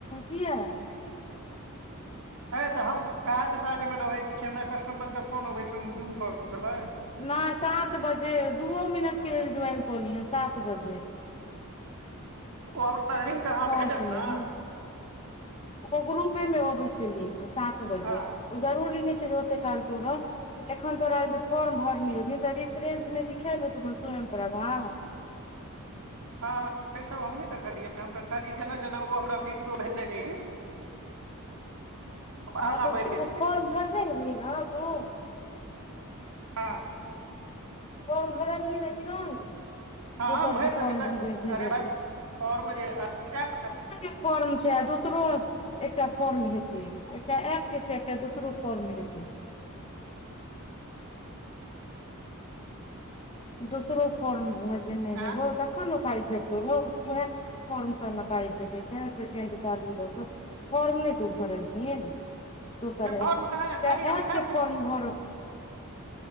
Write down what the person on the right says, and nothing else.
ह तऽ हम काज ताजमे रहै छीये हमरा कस्टमर के फोन अबै छै हम जूम कर देबै
ओ हमरा लिंक अहाँ
भेजब
ने
हँ
हँ से सब हम नहि देखलियै हम तऽ खाली जेना जेना ओ हमरा वीडियो भेजने रही
आगाँ
बढ़ि
गेलियै
हँ
हँ
हँ भरि
देबै तऽ
अरे भाय फॉर्म जे अथी एप
आँ
नहि फॉर्म
कहाँ खाली हम
ऐप